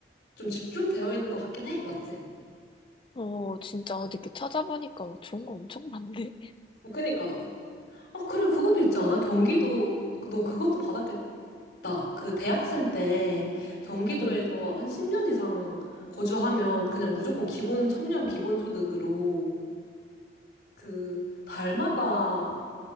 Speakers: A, on the left; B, on the left.
A: 좀 집중되어 있는 것 같긴 해 맞지?
B: 어, 진짜 어디 이렇게 찾아보니까 좋은 거 엄청 많네.
A: 그니까 아, 그래, 그것도 있지 않아? 경기도, 너 그것도 받았겠다. 그 대학생 때 경기도에서
B: 응,
A: 한 10년 이상 거주하면 그냥 무조건 기본, 청년 기본 소득으로 그 달마다,